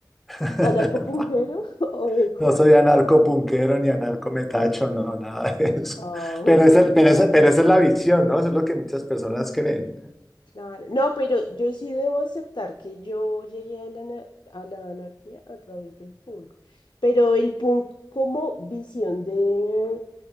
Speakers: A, in the centre; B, on the left (about 80°).
A: <laughs>
B: ¿Anarcopunquero <laughs> o de
A: No
B: cuáles?
A: soy anarco punquero ni anarcometacho, no, nada de eso.
B: Ah,
A: Pero,
B: ok,
A: es el, pero, esa- pero esa es la visión, ¿no? Eso es lo que muchas personas creen.
B: claro. No, pero yo sí debo aceptar que yo llegué a la, ana- a la anarquía a través del punk, pero el punk como visión de